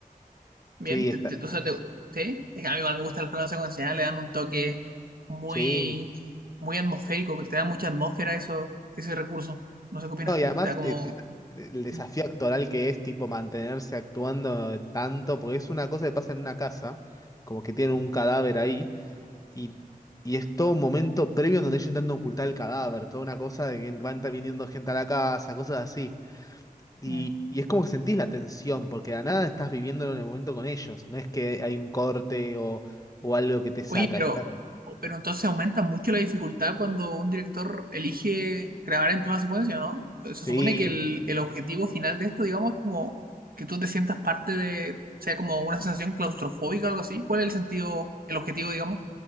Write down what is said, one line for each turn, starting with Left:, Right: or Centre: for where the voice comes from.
Right: bien.
Left: Sí,
Right: Te,
Left: está,
Right: te- o sea, te- ¿sí? Es que a mí igual me gustan las películas secuenciales, le dan un toque muy,
Left: sí.
Right: muy atmosférico, que te da mucha atmósfera eso, ese recurso. No sé qué opinas.
Left: No, y además
Right: Te da como...
Left: eh, eh, el desafío
Right: mm,
Left: actoral que es tipo mantenerse actuando tanto, porque es una cosa que pasa en una casa como que tienen un cadáver ahí, Y, y es todo un momento previo en donde ellos intentan ocultar el cadáver, toda una cosa de que van viniendo gente a la casa, cosas así. Y,
Right: mm.
Left: y es como que sentís la tensión, porque de la nada estás viviéndolo en el momento con ellos. No es que hay un corte o, o algo que te saca.
Right: Oye, pero,
Left: Estás...
Right: pero entonces aumenta mucho la dificultad cuando un director elige grabar en plano secuencia, ¿no? Eh, Se
Left: Sí.
Right: supone que el, el objetivo final de esto, digamos, es como que tú te sientas parte de, sea como una sensación claustrofóbica o algo así. ¿Cuál es el sentido, el objetivo, digamos?